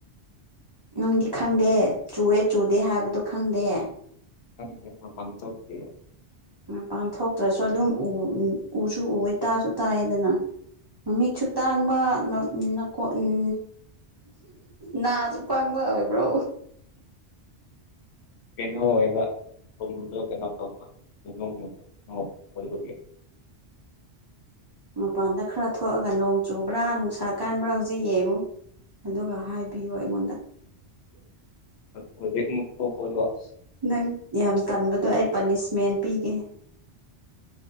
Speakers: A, on the right; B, on the left.
A: ꯅꯪꯗꯤ ꯈꯪꯗꯦ ꯆꯨꯋꯦ ꯆꯨꯗꯦ ꯍꯥꯏꯕꯗꯣ ꯈꯪꯗꯦ
B: <unintelligible> ꯃꯄꯥꯟ ꯊꯣꯛꯇꯦ
A: ꯃꯄꯥꯟ ꯊꯣꯛꯇ꯭ꯔꯁꯨ ꯑꯗꯨꯝ ꯎ ꯎꯁꯨ ꯎꯋꯦ ꯇꯥꯁꯨ ꯇꯥꯏꯌꯦꯗꯅ ꯃꯃꯤꯠꯁꯨ ꯇꯥꯡꯕ ꯅꯥ ꯎꯝ ꯀꯣ ꯎꯝ ꯅꯥꯁꯨ ꯄꯪꯕ ꯑꯣꯏꯕ꯭ꯔꯣ
B: ꯀꯩꯅꯣ ꯑꯣꯏꯕ ꯊꯨꯝꯗꯣ ꯀꯩꯅꯣ ꯇꯧꯕ <unintelligible> ꯑꯣꯏꯕꯒꯤ
A: ꯃꯄꯥꯟꯗ ꯈꯔ ꯊꯣꯛꯑꯒ ꯅꯣꯡ ꯆꯨꯕ꯭ꯔꯥ ꯅꯨꯡꯁꯥ ꯀꯟꯕ꯭ꯔꯥ ꯍꯧꯖꯤꯛ ꯌꯦꯡꯉꯨ ꯑꯗꯨꯒ ꯍꯥꯏꯕꯤꯌꯨ ꯑꯩꯉꯣꯟꯗ
B: ꯍꯣꯏ ꯍꯨꯖꯤꯛꯃꯨꯛ ꯊꯣꯛꯄꯗꯣ ꯏꯁ
A: ꯅꯪ ꯌꯥꯝ ꯇꯟꯕꯗꯣ ꯑꯩ ꯄꯥꯅꯤꯁꯃꯦꯟ ꯄꯤꯒꯦ